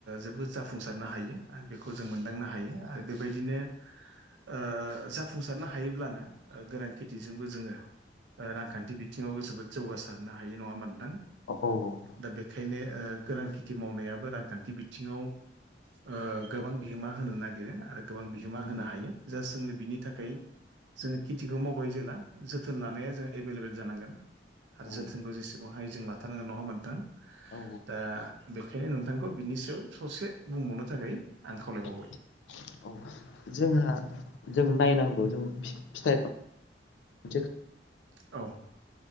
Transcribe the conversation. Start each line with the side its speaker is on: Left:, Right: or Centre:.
Right: जोबोद जो जाफुंसारनो हायो आरो बेखौ जों मोनदांनो हायो आरो बेबायदिनो ओ जाफुंसारनो हायोब्लानो गोनांथि दिगजोंबो जोङो रांखान्थि बिथिङावबो जोबोद जौगासारनो हायो नङा होमबा नोंथां।
Left: औ
Right: दा बेखायनो ओ गोरान खेथि मावनायाबो रांखान्थि बिथिङाव ओ गोबां बिहोमा होनो नागिरो आरो गोबां बि होमा
Left: औ
Right: होनो हायो जा जोंनो बिनि थाखाय जोङो खेथिखौ मावबाय जेला थोन लानाया जों एभेल एभेल जानांगोन। आरो
Left: औ
Right: जोथोनखौ जेसेबांहाय जों लाथारनांगोन नङा होनबा नोंथों
Left: औ
Right: दा बेखायनो नोंथांखौ बिनि सायाव ससे बुंबावनो थाखाय आं खावलायबावबाय
Left: <inaudible> औ जोंहा जों नायनांगौ जों फिथाइ खनसे
Right: औ